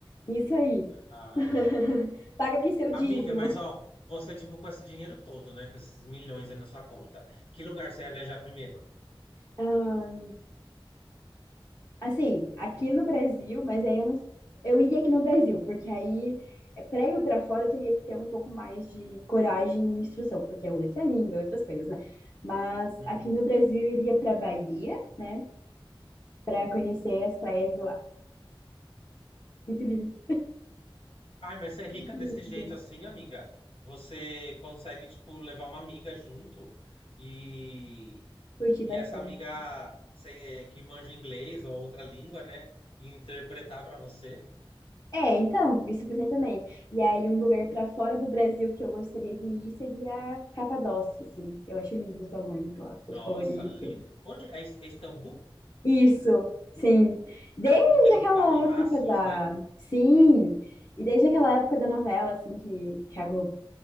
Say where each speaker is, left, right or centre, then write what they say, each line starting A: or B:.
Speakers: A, on the left (about 40°); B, on the left (about 85°).
A: isso aí.
B: Ai,
A: <laughs>
B: ai.
A: Paga aqui seu
B: Amiga,
A: dízimo.
B: mas ó, você, tipo, com esse dinheiro todo, né? Com esses milhões aí na sua conta. Que lugar você ia viajar primeiro?
A: Ah, Assim, aqui no Brasil, mas aí eu não, eu iria aqui no Brasil, porque aí é, pra ir pra fora eu teria que ter um pouco mais de coragem e instrução, porque é outra língua, é outras coisas, né? Mas
B: Uhum.
A: aqui no Brasil eu iria pra Bahia, né? Pra conhecer as praias de lá. Muito lindo,
B: Ai, mas você
A: muito
B: é rica desse
A: lindo.
B: jeito assim, amiga. Você consegue, tipo, levar uma amiga junto e,
A: Curti bastante.
B: e essa amiga sem- eh, que manja inglês ou outra língua, né? E interpretar para você.
A: É, então, isso eu pensei também. E aí, um lugar pra fora do Brasil que eu gostaria de ir seria a Capadócia, assim. Eu acho lindo os balões lá, todo
B: Nossa,
A: colorido.
B: lindo. Onde é, Is- é Istambul?
A: Isso, sim. Desde
B: E tem uns
A: aquela
B: palácios,
A: época da.
B: né?
A: Sim, e desde aquela época da novela, assim, que, que a Globo.